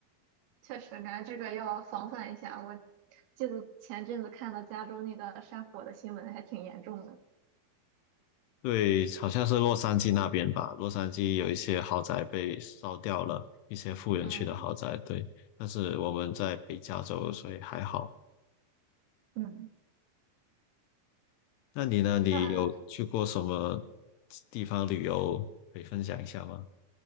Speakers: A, on the right; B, on the left.
A: 确实，感觉这个要防范一下。我记得前阵子看到加州那个山火的新闻，还挺严重的。
B: 对，好像是洛杉矶那边吧，洛杉矶有一些豪宅被烧掉了，一些富人区的豪宅。
A: 嗯，
B: 对，但是我们在北加州，所以还好。
A: 嗯，
B: 那你呢？你有去过什么
A: 那
B: 地方旅游可以分享一下吗？